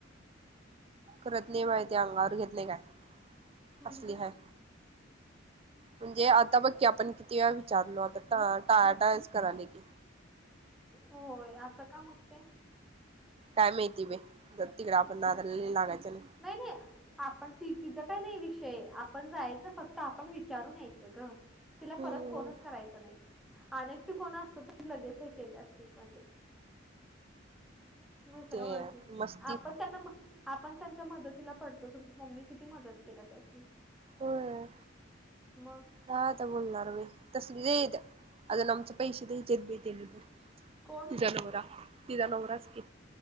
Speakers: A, on the right; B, in the centre.
A: करत नाही बाई ती, अंगावर घेत नाही काय. <inaudible>
B: म्हणजे
A: असली हाय. म्हणजे आता बघ की, आपण किती वेळा विचारलो? आता टाळ टाळाटाळच कराल्या की.
B: होय, असं का मग ते?
A: काय माहिती बाई? जाऊ दे तिकडं, आपण नादाला नाही लागायच न.
B: नाही, नाही. आपण ती तिचा काय नाही विषय, आपण जायचं फक्त. आपण विचारून यायचं ग. तिला
A: हम्म
B: परत फोनच करायचा नाही. अन् एकटी कोण असत तर लगेच हे केले असतील, म्हणजे <inaudible> दुसरं
A: ते
B: ओळखीच,
A: मस्ती
B: आपण त्यांना म आपण त्यांच्या मदतीला पडतो. तुमची मम्मी किती मदत केल्या त्यासनी?
A: होय
B: <inaudible> मग.
A: काय आता बोलणार मी? तसलीत. अजून आमचे पैसे द्यायचेेत बाई, त्यांनी तर
B: कोण
A: तिचा नवरा, तिचा नवराच की.